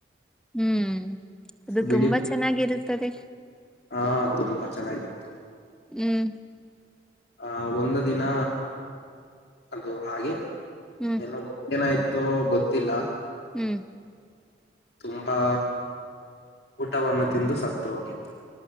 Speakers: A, in the centre; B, on the left.
A: ಹ್ಮ್ ಅದು
B: ಬಿಳಿ
A: ತುಂಬಾ
B: ಬಣ್ಣ.
A: ಚೆನ್ನಾಗಿರುತ್ತ ತ್ತದೆ
B: ಹಾ ತುಂಬಾ ಚೆನ್ನಾಗಿತ್ತು
A: ಹ್ಮ್
B: ಆ ಒಂದು ದಿನ ಅದು ಹಾಗೆ
A: ಹ್ಮ್
B: ಏನೋ ಆಯ್ತು ಗೊತ್ತಿಲ್ಲ
A: ಹ್ಮ್
B: ತುಂಬಾ ಊಟವನ್ನು ತಿಂದು ಸತ್ತು ಹೋಗಿತ್ತು